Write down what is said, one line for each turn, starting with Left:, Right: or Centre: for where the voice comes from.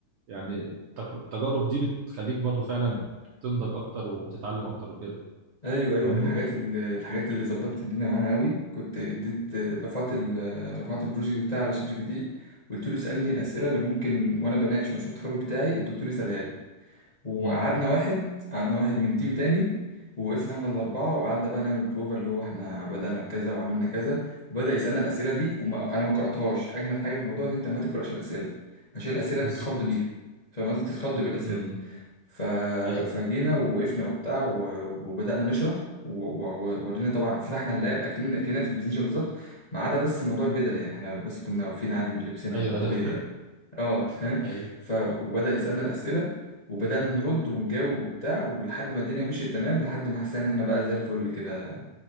Right: يعني التك- التجارب دي بتخليك برضو فعلا تنضج اكتر وتتعلم اكتر وكده
Left: ايوه ايوه
Right: فاهمني
Left: من الحاجات اللي الحاجات اللي ظبطت الدنيا معانا قوي كنت اديت رفعت ال... رفعت البروجكت بتاعي على شات جي بي تي قلت له اسالني الاسئله
Right: مم.
Left: اللي ممكن وانا بناقش مشروع التخرج بتاعي الدكتور يسالها لي وقعدنا
Right: مم.
Left: واحد قعدنا واحد من تيم تاني ووقفنا احنا الاربعه وقعدنا بقى نعمل بروفا اللي هو احنا بدانا بكذا وعملنا كذا وبدا يسالنا الاسئله دي وما انا ما قراتهاش اجمد حاجه في الموضوع ان انت ما تقراش الاسئله عشان الاسئله
Right: بالظبط
Left: تتخض بيها فاهم قصدي تتخض
Right: مم.
Left: بالاسئله
Right: مم.
Left: ف...
Right: ايوه
Left: فجينا وقفنا وبتاع و... وبدأنا نشرح وورينا طبعا فتحنا اللاب اكن اكننا في البزنشة بالظبط ما عدا بس موضوع البدل يعني احنا بس كنا واقفين عادي بلبسنا
Right: ايوه
Left: على الطبيعي
Right: ايوه
Left: يعني اه <laughs> فاهم
Right: <laughs>
Left: ف وبدأ يسألنا الأسئلة وبدأنا نرد ونجاوب وبتاع ولحد ما الدنيا مشيت تمام لحد ما حسينا ان احنا بقى زي الفل كده